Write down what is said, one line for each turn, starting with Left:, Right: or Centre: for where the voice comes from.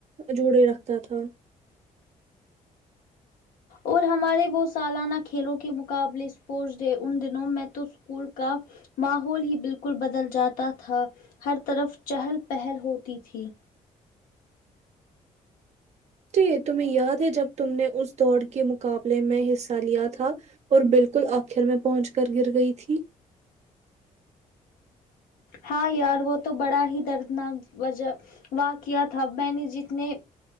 Right: جوڑے رکھتا تھا
Left: اور ہمارے وہ سالانہ کھیلوں کے مقابلے اسپورٹس ڈے ان دنوں میں تو اسکول کا ماحول ہی بالکل بدل جاتا تھا ہر طرف چہل پہل ہوتی تھی
Right: جی تمہیں یاد ہے جب تم نے اس دوڑ کے مقابلے میں حصہ لیا تھا اور بالکل آخر میں پہنچ کر گر گئی تھی
Left: ہاں یار وہ تو بڑا ہی دردناک وجہ واقعہ تھا میں نے جتنے